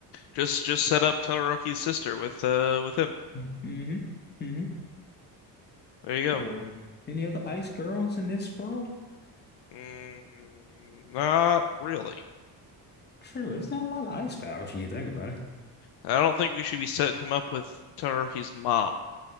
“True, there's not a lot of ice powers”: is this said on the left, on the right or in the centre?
Left